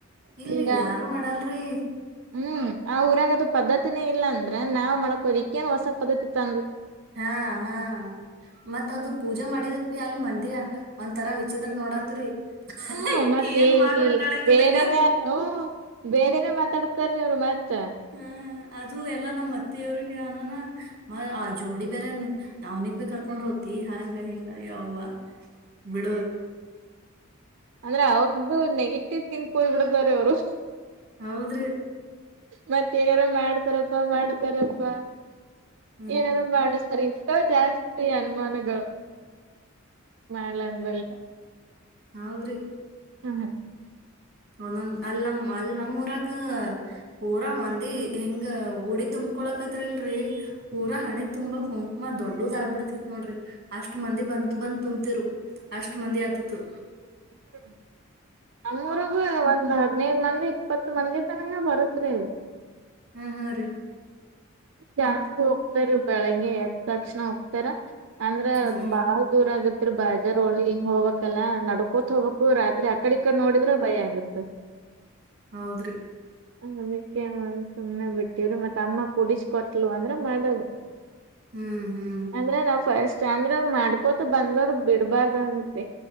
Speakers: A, on the right (about 50°); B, on the right (about 75°).
A: ಇಲ್ಲಿ
B: ಗ
A: ಯಾರು ಮಾಡಲ್ರಿ
B: ಹ್ಮ್ ಆ ಊರಾಗದ ಪದ್ದತಿನೇ ಇಲ್ಲ ಅಂದ್ರೆ ನಾವ್ ಮಾಡ್ಕೋದಿಕ್ಕೇನ್ ಹೊಸ ಪದ್ದತಿ ತ
A: ಹಾ ಹಾ ಮತ್ತ ಅದು ಪೂಜೆ ಮಾಡಿದಕ್ ಬಿ ಅಲ್ಲಿ ಮಂದಿರ ಒಂದ ತರ ವಿಚತ್ರ್ರ ನೋಡತ್ರಿ
B: ಹ್ಮ್
A: ಈಕ
B: ಮತ್ತ್
A: ಏನ್
B: ಏ
A: ಮಾಡ
B: ಈ
A: ಉಂಟಾಳೆಲ್ಲಿದಕ್ಕ
B: ಬೇರೆನೆ ಹ್ಮ್ ಬೇರೆನೆ ಮಾತಾಡ್ತಾರ್ರಿ ಅವ್ರು ಮತ್ತ.
A: ಹ್ಮ ಅದು ಎಲ್ಲ ನಮ್ಮ್ತ್ ಅವ್ರಿಗೆ ಅನಾನ ಮ ಆ ಜೋಡಿ ಬೇರೆ ಅವ್ನಿಗ್ ಭ ಕರ್ಕೊಂಡ್ ಹೋಗ್ತಿ ಹಾಂಗ ಹಿಂಗ ಹೌವಾ ಬಿಡೋದು
B: ಅಂದ್ರೆ ಅವ್ರ್ದ ನೆಗೆಟಿವ್ ತಿಥಂಕ್ ಹೋಗ್ಬಿಡತಾರ ಅವರು
A: ಹೌದ್ರಿ
B: ಮತ್ತ ಏನಾರು ಮಾಡ್ತಾರಪ್ಪ ಮಾಡ್ತಾರಪ್ಪಾ
A: ಹ್ಮ್
B: ಏನಾರು ಮಾಡ ಇಷ್ಟ ಜಾಸ್ತಿ ಅನುಮಾನಗಳು ಮಾಡ್ಲಂದ್ಮಲ್ಲ
A: ಅವರು
B: ಹ್ಮ ಹ್ಮ
A: ಒಂದೊಂದ್ ಅಲ್ ನಮ ಅಲ್ ನಮ್ಮೂಊರಾಗ ಪೂರಾ ಮಂದಿ ಹೆಂಗ ಉಡಿ ತುಂಬ ಕುಕೊಳಕತ್ರಿಲ್ರರಿ ಪೂರಾ ಹಣೆ ತುಂಬಾ ಕುಂಕುಮ ದೊಡ್ಡದ ಆಗ್ಬಿಡ್ತಿತ್ ನೋಡ್ರಿ ಅಷ್ಟ ಮಂದಿ ಬಂದ ಬಂದ್ ತುಂಬ್ತಿರು ಅಷ್ಟ್ ಮಂದಿ ಆತಿತ್ತು
B: ಹ್ಞ ನಮ್ಮೂ್ರಗೂ ಒಂದು ಹದಿನೈದು ಮಂದಿ ಇಪ್ಪತ್ ಒಂದೇ ತನಕ ಬರುತ್ ಅಲ್
A: ಹ್ಮ್ ಹಾ ರೀ
B: ಜಾಸ್ತಿ ಹೋಗ್ತಾರ ಬೆಳಗ್ಗೆ ಎದ ತಕ್ಷಣ ಹೋಗ್ತಾರ ಅಂದ್ರ
A: ಹ್ಮ್
B: ಬಾಳ ದೂರ ಆಗುತ್ತೆ ಬಾಜಾರ್ ಒಳ ಹಿಂಗ್ ಹೋಗ್ಬೇಕಲ್ಲಾ ನಡ್ಕೋತ್ ಹೋಗ್ಬೇಕು ರಾತ್ರಿ ಅಕಡ ಇಕ್ಕಡ್ ನೋಡಿದ್ರ ಭಯ ಆಗತ್
A: ಹೌದ್ರಿ
B: ಅದಕ್ಕೆ ಸುಮ್ನೆ ಬಿಟ್ಟವ್ರು ಮತ್ತ ಅಮ್ಮ ಕುಡಿಸಕೊಟ್ಲು ಅಂದ್ರೆ ಮಾಡೋದು
A: ಹ್ಮ್ ಹ್ಮ್
B: ಅಂದ್ರೆ ನಾವ್ ಫಸ್ಟ್ ಅಂದ್ರೆ ಮಾಡ್ಕೋತ ಬಂದವರು ಬಿಡ್ಬಾರ್ದಂತ